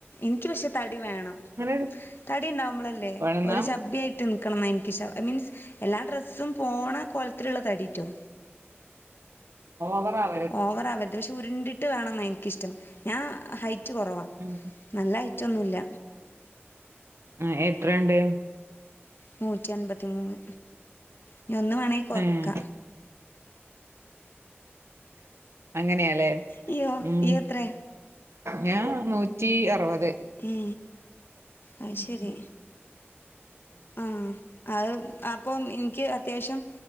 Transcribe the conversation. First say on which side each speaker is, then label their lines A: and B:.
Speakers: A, on the left; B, on the right.
A: ഇനിക്ക് പക്ഷെ തടി വേണം
B: ഒരു
A: തടി ഇണ്ടാവ്മ്പളല്ലേ
B: വേണെന്നാ
A: ഒരു ചബ്ബി ആയിട്ട് നിക്കണംന്നാ എനിക്ക് ഷാ മിൻസ് എല്ലാ ഡ്ര സ്സും പോണ കോലത്തില്ള്ള തടീട്ടോ
B: ഓവറാവരുത്
A: ഓവറാവര്ത് പക്ഷെ ഉരുണ്ടിട്ട് വേണംന്നാ എനിക്കിഷ്ടം ഞാ ഹൈ റ്റ് കൊറവാ
B: ഉം
A: നല്ല ഹൈറ്റൊന്നുല്ല
B: ആ എത്രണ്ട്
A: നൂറ്റി അൻപത്തിമൂന്ന് ഞ്ഞി ഒന്ന് വേണെങ്കി കൊറക്ക
B: ഏഹ് അങ്ങനെയാല്ലേ
A: അയ്യോ
B: ഉം
A: ഈ എത്ര
B: ഞാൻ നൂറ്റി അറവത്
A: ഏ അത് ശരി ആ അത് അപ്പോം എനിക്ക് അത്യാവശം